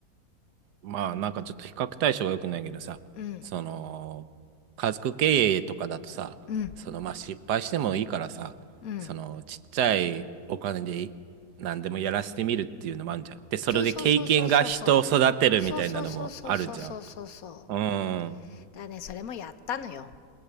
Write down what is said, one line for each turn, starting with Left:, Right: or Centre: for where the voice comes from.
Right: まあなんかちょっと比較対象が良くないけどさ、
Left: うん、
Right: その、家族経営とかだとさ、
Left: うん、
Right: そのまあ失敗してもいいからさ、
Left: うん。
Right: そのちっちゃいお金でい何でもやらせてみるっていうのもあるじゃん。で、それで経験が人を育てるみたいなのもあるじゃん。
Left: そうそうそうそうそうそう。そうそうそうそうそうそうそうそうそうそうそうそうそうそ
Right: うん。
Left: だからね、それもやったのよ。